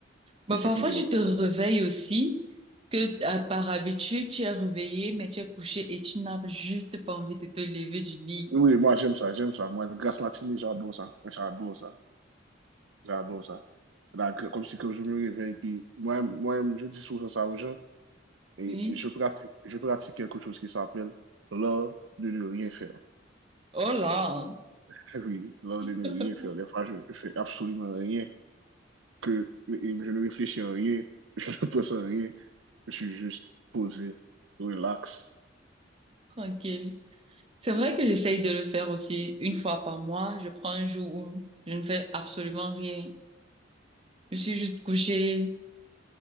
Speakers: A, on the right; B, on the right.
A: Bah,
B: Et c'est
A: parfois,
B: toujours
A: tu te réveilles aussi, que à- par habitude, tu es réveillé, mais tu es couché et tu n'as juste pas envie de te lever du lit.
B: Oui, moi j'aime ça, j'aime ça. Moi, le grasse matinée, j'adore ça. J'adore ça. J'adore ça. Là, que- comme si que je me réveille, puis moi, moi je dis souvent ça aux gens, et,
A: Oui.
B: et je pratique, je pratique quelque chose qui s'appelle l'art de ne rien faire.
A: Oh là,
B: <laughs> Oui, l'art
A: <laughs>
B: de ne rien faire. Des fois, je ne fais absolument rien, que et je ne réfléchis à rien, <laughs> je ne pense à rien, je suis juste posé, relax.
A: tranquille. C'est vrai que j'essaye de le faire aussi une fois par mois. Je prends un jour où je ne fais absolument rien. Je suis juste couché